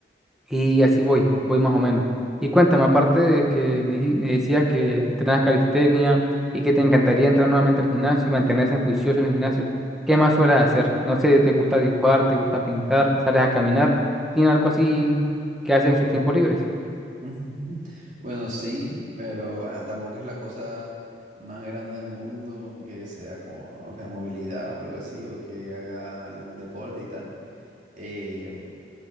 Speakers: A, in the centre; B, on the right.
A: y así voy, voy más o menos. Y cuéntame, aparte de que me, di- me decías que entrenas calistenia y que te encantaría entrar nuevamente al gimnasio y mantenerse juicioso en el gimnasio, ¿qué más sueles hacer? No sé, ¿te gusta dibujar, te gusta pintar, sales a caminar? ¿Tiene algo así que haces en sus tiempos libres?
B: <laughs> Bueno, sí, pero bueno, tampoco es la cosa más grande del mundo que sea como, o sea, movilidad o algo así, o que haga algún deporte y tal. Em,